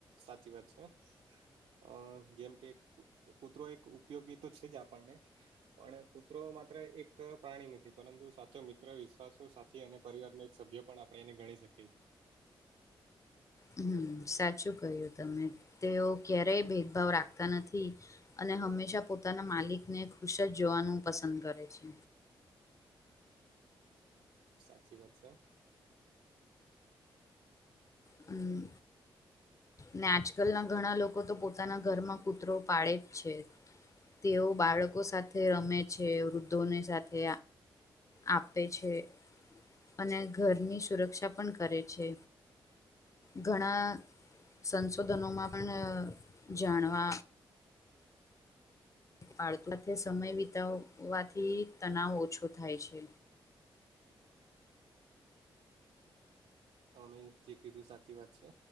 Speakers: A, on the right; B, on the left.
A: સાચી વાત છે. અ જેમ કે કૂતરો એક ઉપયોગી તો છે જ આપણને. પણ કૂતરો માત્ર એક પ્રાણી નથી પરંતુ સાચો મિત્ર વિશ્વાસો થી અને પરિવારનું એક સભ્ય પણ આપણે એને ગણી શકીએ છએ.
B: હમ સાચું કહ્યું તમે, તેઓ ક્યારેય ભેદભાવ રાખતા નથી. અને હંમેશા પોતાના માલિકને ખુશ જ જોવાનું પસંદ કરે છે.
A: સાચી વાત છે.
B: હમ. ને આજકાલના ઘણા લોકો તો પોતાના ઘરમાં કૂતરો પાડે જ છે. તેઓ બાળકો સાથે રમે છે વૃદ્ધોની સાથે આપે છે, અને ઘરની સુરક્ષા પણ કરે છે. ઘણા સંશોધનોમાં પણ જાણવા પાડત સાથે સમય વિતાવવાથી તનાવ ઓછો થાય છે.
A: તો અમે જે કીધું સાચી વાત છે,